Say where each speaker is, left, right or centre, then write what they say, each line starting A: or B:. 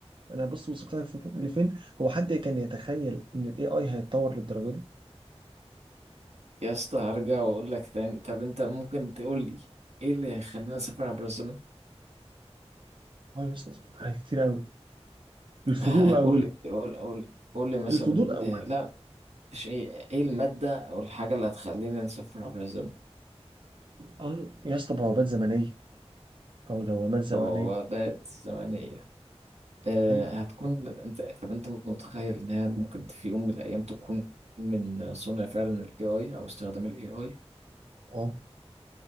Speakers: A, on the right; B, on the right.
A: انا بص وصلت لك فك- لفين هو حد كان يتخيل ان الاي اي هيتطور للدرجه دي
B: يا اسطى هرجع واقول لك تاني طب انت ممكن تقول لي ايه اللي يخلينا نسافر عبر الزمن
A: اه يا اسطى حاجات كتير قوي
B: <laughs>
A: الفضول
B: آه،
A: اوله
B: قول لي قول قول قول لي مثلا
A: الفضول اوله
B: آه، لا مش ايه ايه الماده او الحاجه اللي هتخلينا نسافر عبر الزمن
A: اه يا اسطى بوابات زمنيه او دوامات
B: بوابات
A: زمنيه
B: زمنيه آه،
A: طيب
B: هتكون انت طب انت متخيل انها ممكن في يوم من الايام تكون من صنع فعلا الاي اي او استخدام الاي اي
A: اه